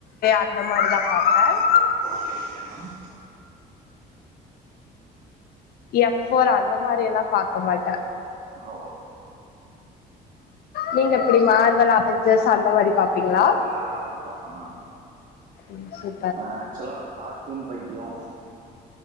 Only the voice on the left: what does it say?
அந்த மாரி தா பார்ப்ப
F four அந்த மாரி எல்லா பார்க்க மாட்ட
நீங்க எப்டி மார்வல் அவெஞ்சர்ஸ் அந்த மாரி பாப்பீங்ளா
ம் செரி